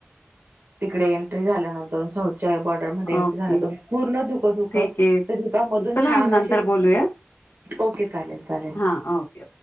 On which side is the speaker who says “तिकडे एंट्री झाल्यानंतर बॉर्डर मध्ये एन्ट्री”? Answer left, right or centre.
Right